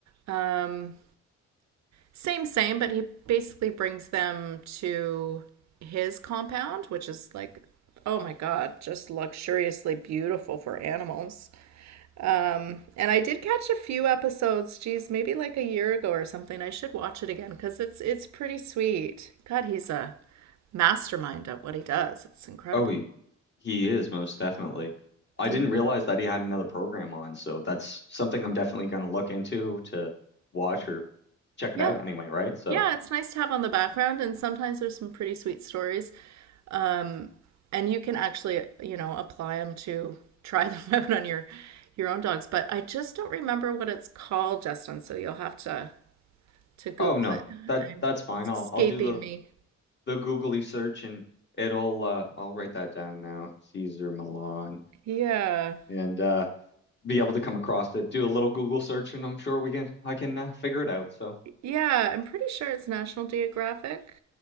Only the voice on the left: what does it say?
Oh, he, he is most definitely. I
didn't realize that he had another program on, so that's something I'm definitely going to look into to watch or check
it out anyway, right? So,
oh no,
that
that's fine.
I'll
I'll do the
the googly search and it'll uh I'll write that down now. Caesar Milan
and uh be able to come across it. Do a little Google search and I'm sure we can I can uh, figure it out. So,